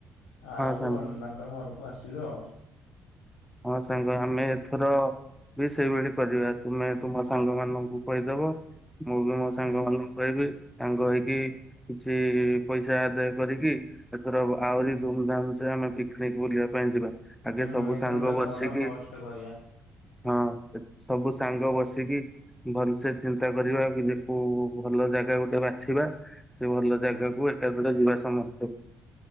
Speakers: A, on the left; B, in the centre.
A: ଆଉ
B: ହଁ ସାଙ୍ଗ।
A: କଣ ତାପରେ ଘରକୁ ଆସିଲୁ ଆଉ।
B: ହଁ ସାଙ୍ଗ ଆମେ ଏଥର ବି ସେଇଭଳି କରିବା। ତୁମେ ତୁମ ସାଙ୍ଗ ମାନଙ୍କୁ କହିଦବ। ମୁଁ ବି ମୋ
A: ହୁଁ
B: ସାଙ୍ଗ ମାନଙ୍କୁ କହିବି। ସାଙ୍ଗ ହେଇକି କିଛି ପଇସା ଆଦାୟ କରିକି ଏଥର ଆହୁରି ଧୁମଧାମ୍ ସେ ଆମେ ପିକନିକ ବୁଲିବା ପାଇଁ ଯିବା। ଆଗେ
A: ହୁଁ
B: ସବୁ
A: ଏଥର
B: ସାଙ୍ଗ
A: ଗୋଟେ
B: ବସିକି
A: ବଡ ବସ୍ ଟେ କରିବା
B: ହଁ, ସବୁ ସାଙ୍ଗ ବସିକି ଭଲସେ ଚିନ୍ତା କରିବା କି ଯେ କୋଉ ଭଲ ଜାଗା ଗୋଟେ ବାଛିବା। ସେ ଭଲ
A: ହୁଁ
B: ଜାଗାକୁ ଏକାଥରେ ଯିବା ସମସ୍ତେ।